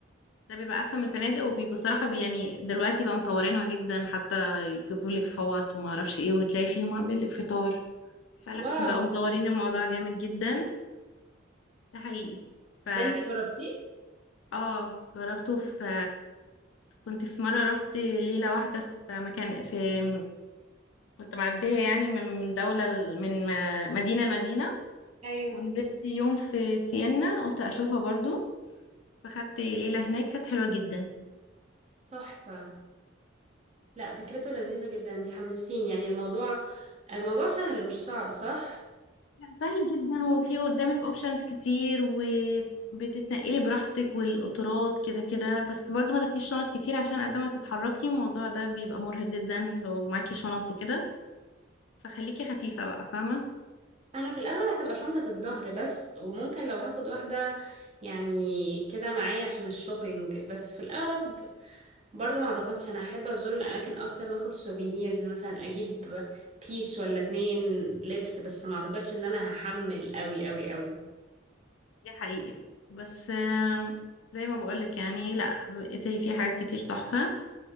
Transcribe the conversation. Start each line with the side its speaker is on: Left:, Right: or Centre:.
Left: ده بيبقى أحسن من الفنادق وبصراحة بي يعني دلوقتي بقى مطورينها جدا حتى يجيبوا لك فوط وما أعرفش إيه وتلاقي فيهم عاملين لك فطار فعلا
Right: واو
Left: بقوا مطورين الموضوع جامد جدا ده حقيقي فا
Right: ده انتي جربتيه
Left: اه جربته في كنت في مرة رحت ليلة واحدة في مكان في كنت معدية يعني من دولة ل- من م- مدينة لمدينة
Right: ايوه
Left: ونزلت يوم في سينا قلت أشوفها برضو فخدت ليلة هناك كانت حلوة جدا
Right: تحفة لا فكرته لذيذة جدا انتي حمستيني يعني الموضوع الموضوع سهل مش صعب صح
Left: لا سهل جدا وفي قدامك اوبشنز كتير وبتتنقلي براحتك والقطارات كده كده بس برضو ما تاخديش شنط كتير عشان قد ما تتحركي الموضوع ده بيبقى مرهق جدا لو معاكي شنط وكده فخليكي خفيفة بقى فاهمة
Right: انا في الاغلب هتبقى شنطة الظهر بس وممكن لو هاخد واحدة يعني كده معايا عشان الشوبينج بس في الاغلب برضو ما اعتقدش انا احب ازور الاماكن اكتر واخد سوفينيرز مثلا اجيب بيس ولا اتنين لبس بس ما اعتقدش ان انا هحمل قوي قوي قوي
Left: دي حقيقة بس آم، زي ما بقولك يعني لا ايطالي فيها حاجات كتير تحفة